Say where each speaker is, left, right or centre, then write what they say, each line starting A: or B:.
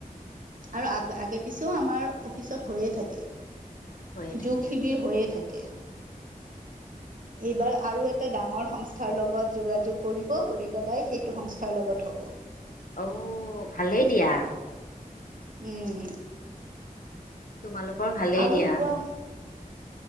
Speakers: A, on the right; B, on the left.
A: আৰু আগ-আগে পিছেও আমাৰ অফিচত হৈয়ে থাকে।
B: হৈয়ে থাকে।
A: যুগ শিবিৰ হৈয়ে থাকে। এইবাৰ আৰু এটা ডাঙৰ সংস্থাৰ লগত যোগাযোগ কৰিব। কৰি পেলাই সেইটো সংস্থাৰ লগত হ'ব।
B: ঔ ভালেই দিয়া।
A: উম।
B: তোমালোকৰ ভালেই
A: আৰু
B: দিয়া।
A: কোৱা?